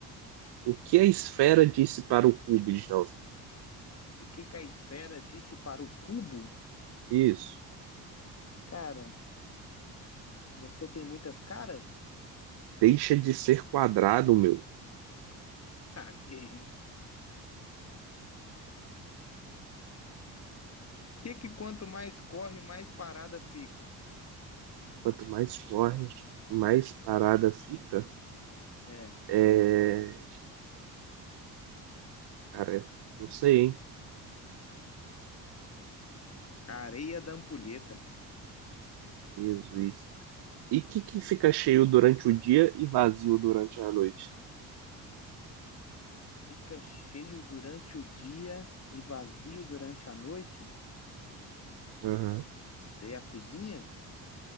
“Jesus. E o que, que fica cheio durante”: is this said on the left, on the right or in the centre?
Right